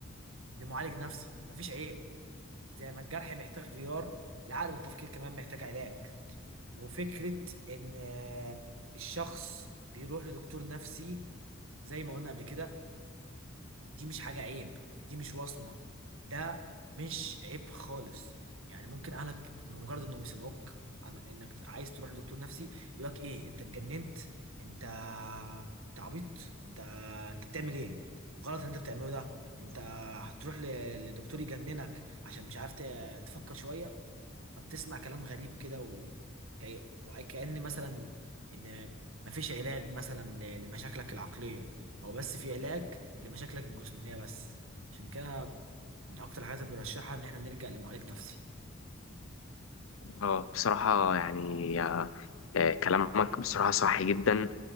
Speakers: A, on the right; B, on the left.
A: لمعالج نفسي مفيش عيب زي ما الجرح محتاج غيار العقل والتفكير كمان محتاج علاج وفكرة إن الشخص بيروح لدكتور نفسي زي ما قلنا قبل كده دي مش حاجة عيب دي مش وصمة ده مش عيب خالص يعني ممكن أهلك بمجرد إنهم يسمعوك عن إنك عايز تروح لدكتور نفسي يقول لك إيه أنت اتجننت أنت أنت عبيط أنت أنت بتعمل إيه غلط اللي أنت بتعمله ده أنت هتروح ل... لدكتور يجننك عشان مش عارف ت- تفكر شوية فبتسمع كلام غريب كده و... كي... وكأن مثلا ان مفيش علاج مثلا ل... لمشاكلك العقلية او بس في علاج لمشاكلك الجسمانية بس عشان كده من اكتر الحاجات اللي بنرشحها ان احنا نلجأ لمعالج نفسي
B: اه بصراحة يعني آه، آه، كلامك بصراحة صح جدا